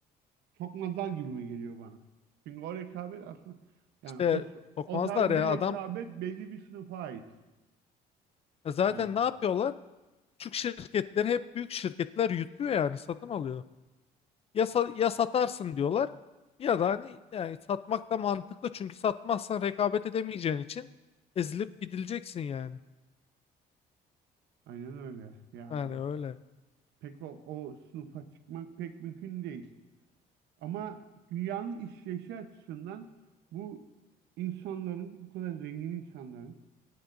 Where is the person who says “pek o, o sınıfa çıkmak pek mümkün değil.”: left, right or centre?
Right